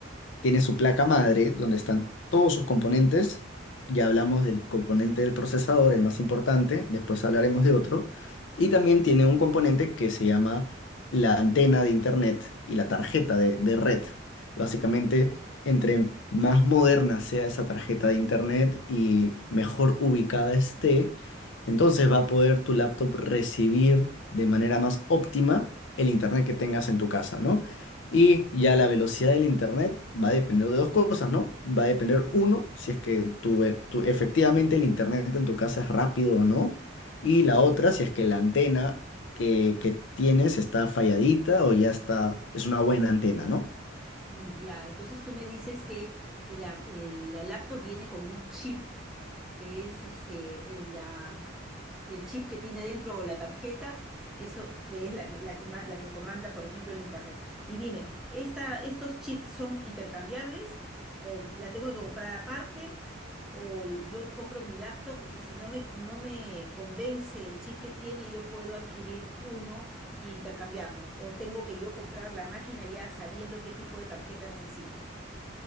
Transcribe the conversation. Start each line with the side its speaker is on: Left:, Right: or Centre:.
Left: tiene su placa madre donde están todos sus componentes. Ya hablamos del componente del procesador, el más importante, después hablaremos de otro. Y también tiene un componente que se llama la antena de internet y la tarjeta de de red. Básicamente, entre más moderna sea esa tarjeta de internet y mejor ubicada esté, entonces va a poder tu laptop recibir de manera más óptima el internet que tengas en tu casa, ¿no? Y ya la velocidad del internet va a depender de dos cosas, ¿no? Va a depender, uno, si es que tu, ve- tu- efectivamente el internet en tu casa es rápido o no. Y la otra, si es que la antena que, que tienes está falladita o ya está, es una buena antena, ¿no?
Centre: Mm, Ya, entonces tú me dices que la, eh, la laptop viene con un chip. que es este, el, da- el chip que tiene dentro o la tarjeta, eso que es la que, la que, ma- la que comanda, por ejemplo, el Internet. Y dime, esta, ¿estos chips son intercambiables o la tengo que comprar aparte? O yo compro mi laptop y si no me, no me convence el chip que tiene, yo puedo adquirir uno y intercambiarlo. O tengo que yo comprar la máquina ya sabiendo qué tipo de tarjeta necesito.